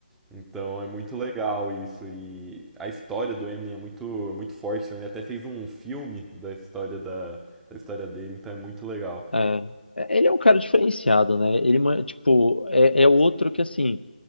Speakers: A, in the centre; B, on the left.
A: Então é muito legal isso. E a história do Eminem é muito, muito forte. né? Ele até fez um filme da história da, da história dele, então é muito legal.
B: É. É, Ele é um cara diferenciado, né? Ele, ma- tipo, é, é outro que, assim,